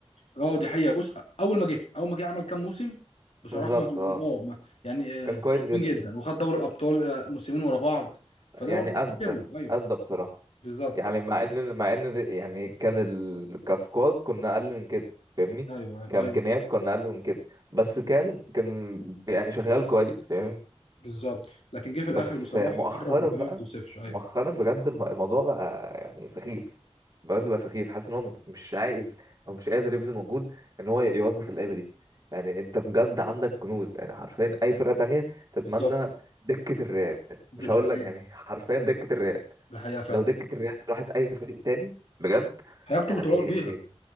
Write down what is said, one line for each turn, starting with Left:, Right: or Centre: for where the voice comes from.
Left: أه دي حقيقة بص أول ما جه أول ما جه عمل كام موسم بصراحة
Right: بالظبط
Left: ما
Right: اه
Left: أه ما- يعني آه،
Right: كان كويس
Left: حلوين
Right: جدا
Left: جدا وخد دوري الأبطال آه، موسمين ورا بعض
Right: يعني
Left: فده برضه استجاب
Right: ادى
Left: له أيوه
Right: ادى بصراحة
Left: بالظبط
Right: يعني مع ان مع ان يعني كان ال... كسكواد كنا اقل من كده فاهمني
Left: أيوه أيوه
Right: كامكانيات
Left: أيوه،
Right: كنا اقل من كده بس كان كان يعني شغال كويس فاهمني
Left: بالظبط لكن جه في الآخر
Right: بس
Left: بصراحة
Right: مؤخرا
Left: خرف بطريقة
Right: بقى
Left: ما تتوصفش أيوه
Right: مؤخرا بجد الم- الموضوع بقى يعني سخيف بجد بقى سخيف حاسس ان هو مش عايز او مش قادر يبذل مجهود ان هو يوظف اللعيبه دي يعني انت بجد عندك كنوز يعني حرفيا اي فرقه تانية تتمنى
Left: بالظبط
Right: دكه الريال
Left: ده
Right: مش
Left: ده
Right: هقول
Left: حقيقة
Right: لك يعني حرفيا دكه الريال
Left: ده حقيقة فعلا
Right: لو دكة الريال راحت أي فريق تاني بجد
Left: هياخدوا
Right: يعني
Left: بطولات بيها